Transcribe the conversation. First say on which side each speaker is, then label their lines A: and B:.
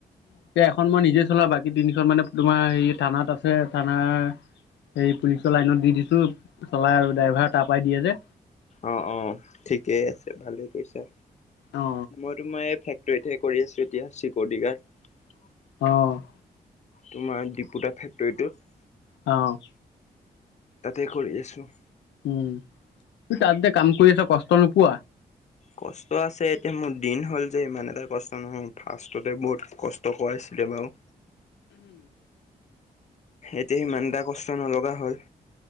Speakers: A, on the left; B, on the left.
A: এতিয়া এখন মই নিজেই চলাওঁ, বাকী তিনিখন মানে তোমাৰ হেৰি থানাত আছে। ছে থানাৰ সেই পুলিচৰ লাইনত দি দিছোঁ, চলাই আৰু ড্ৰাইভাৰ তাৰ পৰাই দিয়ে যে।
B: অ', অ', ঠিকেই আছে ভালেই কৰিছা।
A: অ
B: মই তোমাৰ এই ফেক তৰিতহে কৰি আছোঁ এতিয়া, চিকৰিটি গাৰ্ড।
A: অ'।
B: তোমাৰ ডিপুটা ফেক্টৰীটোত।
A: অ'।
B: তাতেই কৰি আছোঁ।
A: উম, তাতযে কাম কৰি আছা, কষ্ট নোপোৱা?
B: কষ্ট আছে, এতিয়া মোৰ দিন হ'ল যে, ইমান এটা কষ্ট নোহোৱা হ'ল। ফাৰ্ষ্ট তে বহুত কষ্ট কৰাইছিলে বাৰু। এতিয়া সিমান এটা কষ্ট নলগা হ'ল।